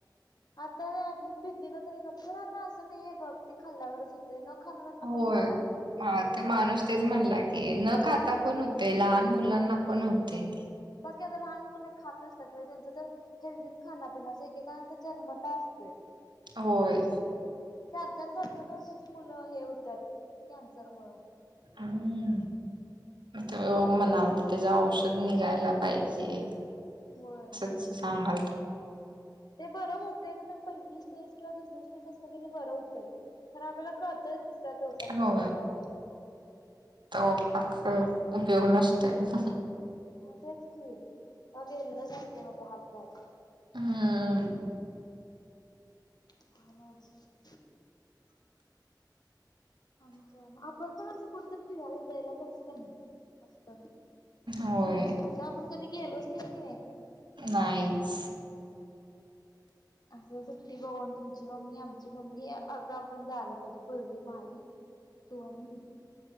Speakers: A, on the left (about 60°); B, on the right (about 85°).
A: आता ऍटलिस्ट भीती ना तरी गप राहता असं नाहीये बघ ते खाल्ल्यावरच होत ते न खाणाऱ्यांना
B: होय
A: पण व्हाय लागलाय.
B: हा ते माणूस तेच म्हणला की न खाता पण होतय लहान मुलांना पण होतय ते
A: बग की आता लहान मुलं काय खात नाय त त्यांच तर हेल्दीच खानापिण्याचा एकेकाना त जन्मतः असतोय.
B: होय.
A: चार चार पाच पाच वर्षाची मुलं हे होत्यात कॅन्सर मुळं
B: अंम्म त्यो म्हणालता त्याज औषध निघायला पाहिजे.
A: होय.
B: असं सांगालता
A: ते बरं होतय का जर पहिली स्टेज किंवा दुसरी स्टेज असल की नय बरं होतंय कारण आपल्याला कळतच तिसर, चौथ्या
B: हो
A: स्टेजला गेल्याव
B: तो, तो उपयोग नसतोय
A: हो तेच की त गेलेलंच असते म ते हातबाहेर
B: हम्म
A: <inaudible> आणि काय आपण पण असं कुठ तर फिरायला जायला पाहिजे का नाही मस्त किती
B: होय
A: दिवस सुद्धा आपण कधी गेलोच नाही की नाही
B: नाहीच
A: असं सुट्टी बघून तुमची मम्मी, आमची मम्मी अस आपण जायला पाहिजे पूर्वी, माई तू आणि मी